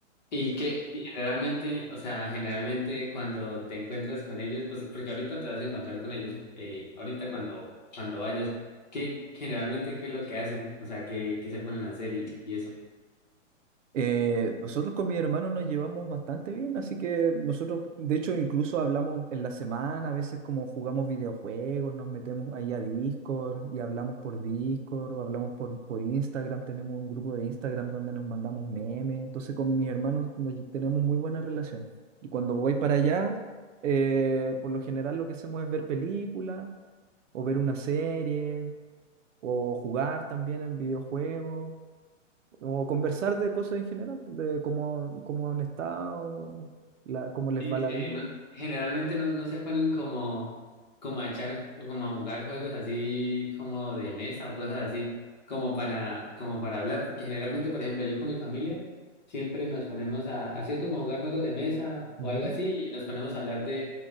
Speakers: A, on the left; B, on the right.
A: Y que y generalmente, o sea, generalmente cuando te encuentras con ellos, pues, porque ahorita te vas a encontrar con ellos, eh, ahorita cuando, cuando vayas, qué generalmente qué es lo que hacen? O sea, ¿qué, qué se ponen a hacer y, y eso?
B: Eh, nosotros con mi hermano nos llevamos bastante bien, así que nosotros, de hecho, incluso hablamos en la semana, a veces como jugamos videojuegos, nos metemos ahí a Discord y hablamos por Discord o hablamos por, por Instagram, tenemos un grupo de Instagram donde nos mandamos memes, entonces con mis hermanos nos, lle- tenemos muy buena relación. Y cuando voy para allá, eh, por lo general lo que hacemos es ver películas o ver una serie o jugar también en videojuegos. O conversar de cosas en general, pues, de cómo, cómo han estado, ¿no? La- cómo les
A: sí
B: va la
A: sí
B: vida.
A: no- generalmente no, no se ponen como, como a echar, como a jugar juegos así como de mesa o cosas así, como para, como para hablar, porque generalmente, por ejemplo, yo con mi familia siempre nos ponemos a a hacer como jugar juegos de mesa
B: Ujú.
A: o algo así y nos ponemos a hablar